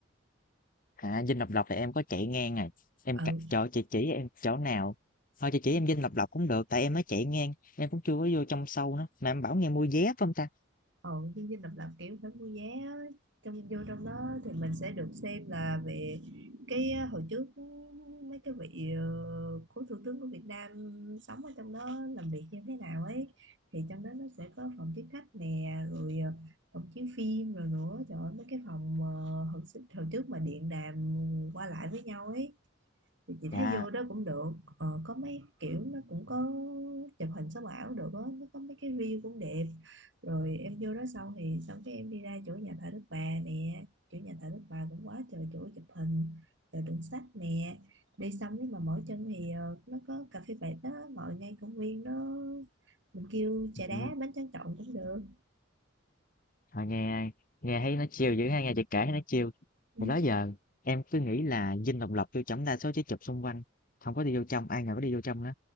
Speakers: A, on the left; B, on the right.
A: à, Dinh Độc Lập thì em có chạy ngang này em
B: ừ
A: c chỗ chị chỉ em chỗ nào? Thôi chị chỉ em Dinh Độc Lập cũng được, tại em mới chạy ngang, em cũng chưa có vô trong sâu nữa, mà em bảo nghe mua vé phải hông ta?
B: Ồ, chương trình độc lập kiểu phải mua vé á. trong vô trong đó thì mình sẽ được xem là về cái ờ, hồi trước mấy cái vị ờ, cố thủ tướng của Việt Nam sống ở trong đó làm việc như thế nào ấy thì trong đó nó sẽ có phòng tiếp khách nè rồi ờ, phòng chiếu phim rồi nữa trời ơi mấy cái phòng ờ, hồi, xưa- hồi trước mà điện đàm qua lại với nhau ấy thì chị
A: Dạ,
B: thấy vô đó cũng được ờ, có mấy kiểu nó cũng có chụp hình sống ảo được á nó có mấy cái view cũng đẹp rồi em vô đó xong thì xong cái em đi ra chỗ nhà thờ Đức Bà nè chỗ nhà thờ Đức Bà cũng quá trời chỗ chụp hình rồi đựng sách nè đi xong nếu mà mỏi chân thì ờ, nó có cà phê vạt đó ngồi ngay công viên đó mình kêu trà đá
A: ừm.
B: bánh tráng trộn cũng được
A: Ờ, nghe nghe thấy nó chiều dữ ha, nghe chị kể thấy nó chiều
B: ừ.
A: Thì đó giờ em cứ nghĩ là dinh độc lập tiêu chấm đa số chỉ chụp xung quanh, không có đi vô trong, ai ngờ có đi vô trong đó.